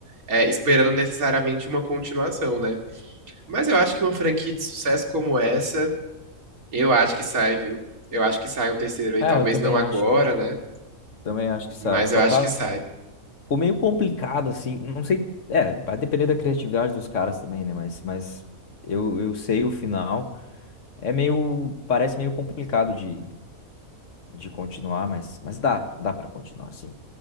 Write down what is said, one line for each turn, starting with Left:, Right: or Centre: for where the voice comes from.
Right: é, esperando necessariamente uma continuação, né? Mas eu acho que uma franquia de sucesso como essa, eu acho que sai, viu? Eu acho que sai um terceiro aí,
Left: Ah,
Right: talvez
Left: eu também
Right: não agora,
Left: acho,
Right: né?
Left: também acho que sai.
Right: Mas
Left: Só
Right: eu acho
Left: tá,
Right: que sai.
Left: ficou meio complicado, assim, não sei, é, vai depender da criatividade dos caras também, né? Mas, mas eu, eu sei o final. É meio, parece meio complicado de, de continuar, mas, mas dá, dá pra continuar, sim.